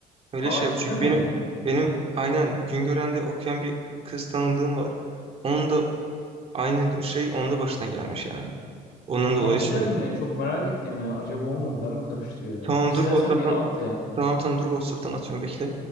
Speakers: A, on the right; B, on the left.
A: öyle
B: Aa
A: şey yap.
B: cidden
A: Çünkü benim
B: mi?
A: benim aynen Güngören'de okuyan bir kız tanıdığım var. Onun da Aynı şey onun da başına gelmiş yani. Onun dolayı
B: Aa cidden
A: söyledim.
B: mi? Çok merak ettim ya. Acaba o mu? Ben mi karıştırıyorum?
A: Tamam
B: İstersen
A: dur WhatsApp'tan.
B: bir at ya.
A: Tamam tamam dur WhatsApp'tan atıyorum bekle.